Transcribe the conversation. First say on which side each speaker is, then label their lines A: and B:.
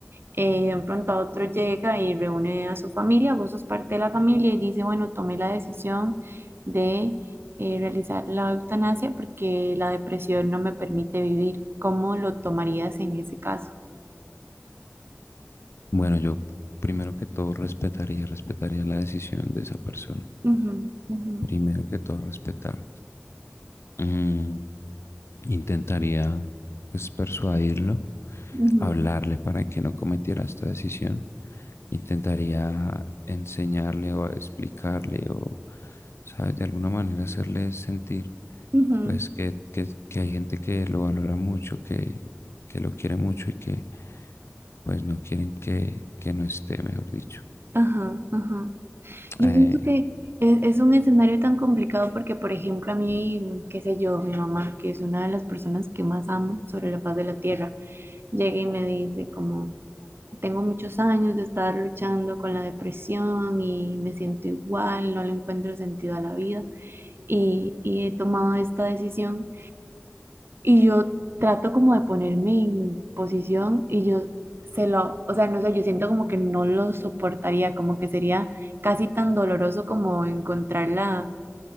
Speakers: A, on the right (about 60°); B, on the left (about 75°).
A: eh, de un pronto a otro llega y reúne a su familia, vos sos parte de la familia y dice, bueno, tomé la decisión de eh, realizar la eutanasia porque la depresión no me permite vivir. ¿Cómo lo tomarías en ese caso?
B: bueno, yo primero que todo respetaría, respetaría la decisión de esa persona.
A: Ujú, ujú,
B: Primero que todo respetar. Mm, Intentaría pues persuadirlo,
A: ujú,
B: hablarle para que no cometiera esta decisión. Intentaría enseñarle o explicarle o, ¿sabes? De alguna manera hacerle sentir
A: ujú.
B: pues que, que- que hay gente que lo valora mucho, que, que lo quiere mucho y que pues no quieren que, que no esté, mejor dicho.
A: Ajá, ajá. Yo
B: Eh,
A: siento que es, es un escenario tan complicado porque, por ejemplo, a mí, mm, qué sé yo, mi mamá, que es una de las personas que más amo sobre la faz de la tierra, llega y me dice como, tengo muchos años de estar luchando con la depresión y me siento igual, no le encuentro sentido a la vida y, y he tomado esta decisión y yo trato como de ponerme en posición y yo se lo, o sea, no sé, yo siento como que no lo soportaría, como que sería casi tan doloroso como encontrarla